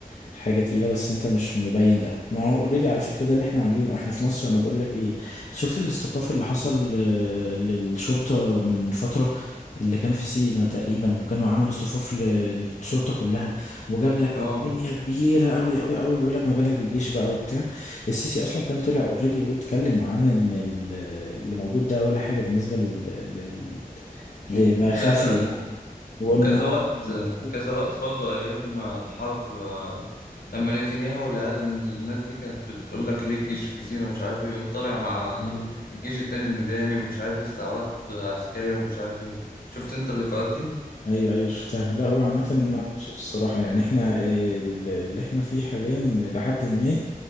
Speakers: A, on the left (about 50°); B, on the left (about 75°).
A: حاجة تقيلة بس انت مش مبين ده ما هو اوريدي على فكرة ده اللي احنا عاملينه احنا في مصر انا بقول لك ايه شفت الاصطفاف اللي حصل آه، للشرطة من فترة اللي كان في سينا تقريبا وكانوا عملوا اصطفاف ل- للشرطة كلها وجاب لك
B: اه
A: دنيا كبيرة قوي قوي قوي بيقول لك ما بالك بالجيش بقى وبتاع السيسي اصلا كان طلع اوريدي واتكلم عن ان ال- اللي موجود ده ولا حاجه بالنسبه لل, لل... لما
B: و- وكذا
A: خفي داتا يعني وان
B: وكذا
A: هو
B: وقت
A: <laughs>
B: كذا وقت برضه ايام الحرب آه، لما نتنياهو والعيال الناس دي كانت بتقول لك ليه الجيش في سيناء ومش عارف ايه يقوم طالع مع
A: ايوه
B: الجيش التاني الميداني ومش عارف ايه استعراض عسكري ومش عارف ايه شفت انت اللقاءات
A: ايوه أيوة، شفتها لا هو عامه انا
B: دي؟
A: مبسوط الصراحه يعني احنا إيه، ال- اللي احنا فيه حاليا لحد ما